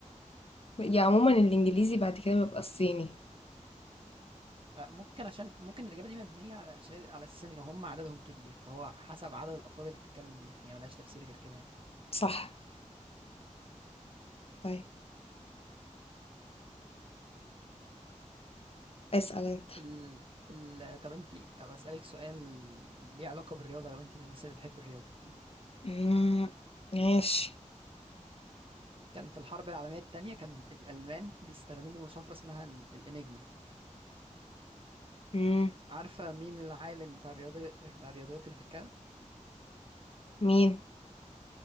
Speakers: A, on the left; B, on the right.
A: يعني عموما الإنجليزي بعد كده بيبقى الصيني
B: أه، ممكن عشان ممكن الاجابه دي مبنيه على شيء على اساس ان هم عددهم كبير فهو حسب عدد الافراد اللي بتتكلم بيها هي ملهاش تفسير غير كده يعني
A: صح طيب اسأل انت
B: ال... ال... طب انت طب اسالك سؤال ليه علاقه بالرياضه لو انت من الناس اللي بتحب الرياضه
A: مم، ماشي
B: كان في الحرب العالميه الثانيه كان الالمان بيستخدموا شفره اسمها ال... الانجما
A: إمم،
B: عارفه مين العالم بتاع الرياضه بتاع الرياضيات اللي فكها
A: مين؟